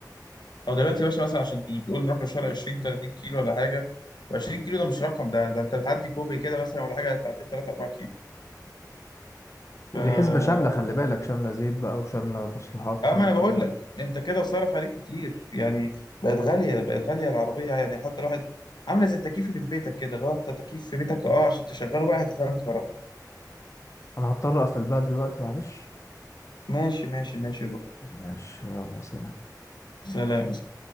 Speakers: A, on the left; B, on the left.
A: أو دلوقتي يا باشا مثلا عشان تقول تقول نروح مشوار 20 30 كيلو ولا حاجة 20 كيلو ده مش رقم ده ده أنت بتعدي كوبري كده مثلا ولا حاجة تعديت 3 4
B: ودي
A: كيلو
B: حسبة شاملة خلي بالك شاملة زيت بقى وشاملة تصليحات وشاملة
A: اه ما انا بقول
B: كل حاجة
A: لك انت كده صرف عليك كتير يعني بقت غاليه بقت غاليه العربيه يعني حتى الواحد عامله زي التكييف اللي في بيتك كده لو انت تكييف في بيتك اه عشان تشغله بقى هتتعمل كهرباء
B: أنا هضطر أقفل بقى دلوقتي معلش
A: ماشي ماشي ماشي بقى
B: ماشي يلا سلام
A: سلام